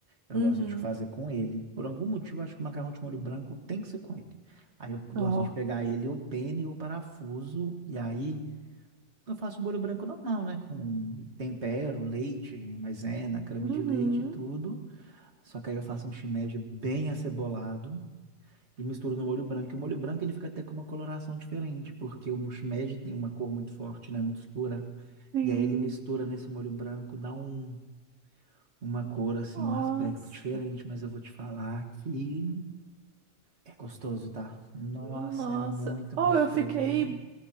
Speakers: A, on the right (about 70°); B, on the right (about 85°).
A: Eu
B: Uhum.
A: gosto de fazer com ele. Por algum motivo, eu acho que o macarrão de molho branco tem que ser com ele. Aí eu gosto
B: Ó.
A: de pegar ele, ou pene, ou parafuso, e aí. Eu faço molho branco normal, né? Com tempero, leite, maisena, creme
B: Uhum.
A: de leite e tudo. Só que aí eu faço um shimeji bem acebolado e misturo no molho branco. E o molho branco ele fica até com uma coloração diferente, porque o shimeji tem uma cor muito forte, né? Muito escura.
B: Sim.
A: E aí ele mistura nesse molho branco, dá um, uma cor assim,
B: Nossa.
A: um aspecto diferente. Mas eu vou te falar que é gostoso, tá? Nossa,
B: Nossa.
A: é muito
B: Oh,
A: gostoso.
B: eu fiquei